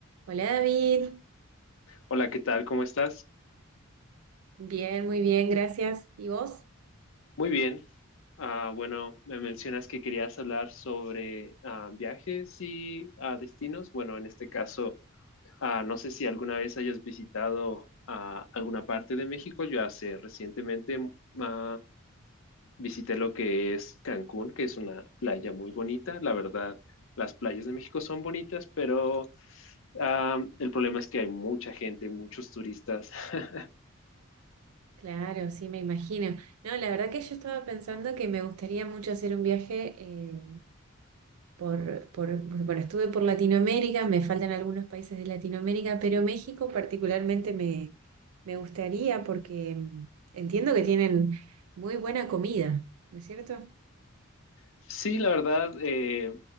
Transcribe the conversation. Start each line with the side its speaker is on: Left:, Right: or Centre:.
Right: Hola David,
Left: Hola, ¿qué tal? ¿Cómo estás?
Right: bien, muy bien, gracias. ¿Y vos?
Left: Muy bien. Ah, bueno, me mencionas que querías hablar sobre ah, viajes y ah, destinos. Bueno, en este caso, ah, no sé si alguna vez hayas visitado ah, alguna parte de México. Yo hace recientemente ah, visité lo que es Cancún, que es una playa muy bonita. La verdad, las playas de México son bonitas, pero ah, el problema es que hay mucha gente, muchos turistas. <laughs>
Right: Claro, sí, me imagino. No, la verdad que yo estaba pensando que me gustaría mucho hacer un viaje eh, por, por, bueno, estuve por Latinoamérica, me faltan algunos países de Latinoamérica, pero México particularmente me, me gustaría porque mm, entiendo que tienen muy buena comida, ¿no es cierto?
Left: Sí, la verdad, eh,